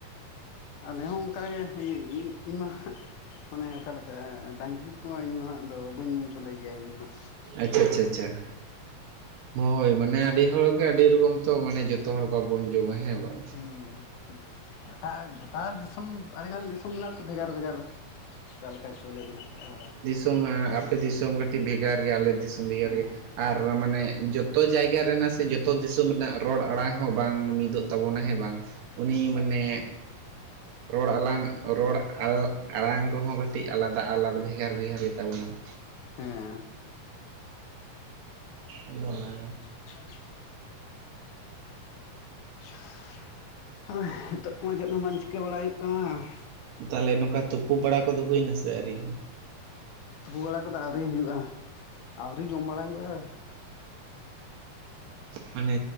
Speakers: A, on the left; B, on the right.
A: ᱟᱞᱮ ᱦᱚᱸ ᱚᱱᱠᱟᱜᱮ ᱤᱼᱤᱧ ᱤᱧᱢᱟ ᱾ ᱢᱟᱱᱮ ᱚᱠᱟᱞᱮᱠᱟ ᱰᱟᱝᱨᱤ ᱡᱤᱞ ᱠᱚᱢᱟ ᱤᱧ ᱢᱟᱦᱟᱼ ᱜ ᱫᱚ ᱵᱟᱹᱧ ᱪᱚᱞᱮ ᱜᱮᱭᱟ ᱤᱧᱫᱚᱱᱟᱼᱜ᱾
B: ᱟᱪᱷᱟ- ᱟᱪᱷᱟ- ᱟᱪᱷᱟ ᱾ ᱦᱳᱭ ᱢᱟᱱᱮ ᱟᱹᱰᱤ ᱦᱚᱲ ᱜᱮ ᱟᱹᱰᱤ ᱨᱚᱠᱚᱢ ᱛᱚ ᱢᱟᱱᱮ ᱡᱚᱛᱚ ᱦᱚᱲ ᱵᱟᱵᱚᱱ ᱡᱚᱢᱟ ᱦᱮᱸ ᱵᱟᱝ ᱾
A: ᱦᱩᱸ ᱮᱴᱟ ᱜᱚᱴᱟ ᱫᱤᱥᱚᱢ ᱟᱹᱰᱤ ᱜᱟᱱ ᱫᱤᱥᱚᱢ ᱢᱮᱱᱟᱜᱼᱟ ᱛᱚ ᱵᱷᱮᱜᱟᱨ ᱵᱷᱮᱜᱟᱨ ᱾ ᱚᱠᱟᱞᱮᱠᱟ ᱪᱟᱣᱞᱮ ᱢᱮᱱᱟᱜ ᱠᱟᱜᱼᱟ
B: ᱱᱤᱛᱚᱜ ᱢᱟ ᱟᱯᱮ ᱫᱤᱥᱚᱢ ᱠᱟᱹᱴᱤᱡ ᱵᱷᱮᱜᱟᱨ ᱜᱮᱭᱟ ᱟᱞᱮ ᱫᱤᱥᱚᱢ ᱵᱷᱮᱜᱟᱨ
A: ᱦᱮᱸ
B: ᱜᱮᱭᱟ ᱾ᱟᱨ ᱢᱟᱱᱮ ᱡᱚᱛᱚ ᱡᱟᱭᱜᱟ ᱨᱮᱱᱟᱜ ᱥᱮ ᱡᱚᱛᱚ ᱫᱤᱥᱚᱢ ᱨᱮᱱᱟᱜ ᱨᱚᱲ ᱟᱲᱟᱝ ᱦᱚᱸ ᱵᱟᱝ ᱢᱤᱫᱚᱜ ᱛᱟᱵᱚᱱᱟ ᱦᱮᱸ ᱵᱟᱝ ᱩᱱᱤ ᱢᱟᱱᱮ ᱨᱚᱲ ᱟᱞᱟᱝ ᱨᱚᱲ ᱟᱲᱟᱝ ᱠᱚᱦᱚᱸ ᱠᱟᱹᱴᱤᱡ ᱟᱞᱟᱫᱟ ᱟᱞᱟᱫᱟ ᱵᱷᱮᱜᱟᱨ ᱵᱷᱮᱜᱟᱨ ᱜᱮᱛᱟ ᱵᱚᱱᱟ ᱾
A: ᱦᱮᱸ
B: ᱟᱫᱚ ᱚᱱᱟᱜᱮ᱾
A: <unintelligible> ᱦᱮᱸ ᱱᱤᱛᱳᱜ ᱢᱟ ᱪᱮᱫ ᱦᱚᱸ ᱵᱟᱝ ᱪᱤᱠᱟᱹ ᱵᱟᱲᱟᱭ ᱦᱩᱭᱩᱜ ᱠᱟᱱᱟ ᱾
B: ᱛᱟᱦᱚᱞᱮ ᱱᱚᱝᱠᱟ ᱛᱩᱯᱩ ᱵᱟᱲᱟ ᱠᱚᱫᱚ ᱦᱩᱭᱱᱟᱥᱮ ᱟᱹᱣᱨᱤ?
A: ᱛᱩᱯᱩ ᱵᱟᱲᱟ ᱠᱟᱫᱚ ᱟᱹᱣᱨᱤ ᱦᱩᱭᱩᱜᱼᱟ, ᱟᱹᱣᱨᱤ ᱡᱚᱢ ᱵᱟᱲᱟᱟᱭ ᱦᱩᱭᱩᱜᱼᱟ ᱾
B: ᱢᱟᱱᱮ